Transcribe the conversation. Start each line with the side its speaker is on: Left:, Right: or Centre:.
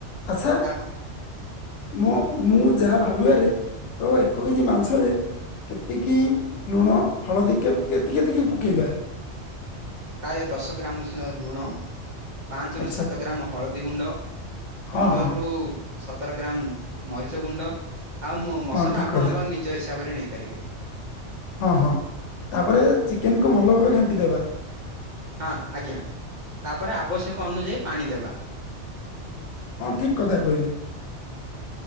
Left: ଆଚ୍ଛା
Right: ତା
Left: ମୋ ମୁଁ ଯାହା ଭାବିବାରେ ତ ଏକ କେଜି ମାଂସରେ କେତିକି ଲୁଣ, ହଳଦୀ କେତିକି କେତିକି ପକେଇବା?
Right: ପ୍ରାୟ ଦଶ ଗ୍ରାମ ଲୁଣ। ପାଞ୍ଚରୁ
Left: ଆଚ୍ଛା
Right: ସାତ ଗ୍ରାମ ହଳଦୀ ଗୁଣ୍ଡ
Left: ହଁ
Right: ପନ୍ଦରରୁୁ
Left: ହଁ
Right: ସତର ଗ୍ରାମ ମରିଚ ଗୁଣ୍ଡ ଆଉ ମସଲା
Left: ହଁ ଠିକ
Right: ଆପଣଙ୍କ
Left: କଥା
Right: ନିଜ ହିସାବରେ ନେଇପାରିବେ।
Left: ହଁ ହଁ ତାପରେ ଚିକେନକୁ ଭଲ ଭାବେ ଘାଣ୍ଟିଦେବା
Right: ହଁ ଆଜ୍ଞା ତାପରେ ଆବଶ୍ୟକ ଅନୁଯାୟୀ ପାଣି ଦବା
Left: ହଁ ଠିକ କଥା କହିଲେ।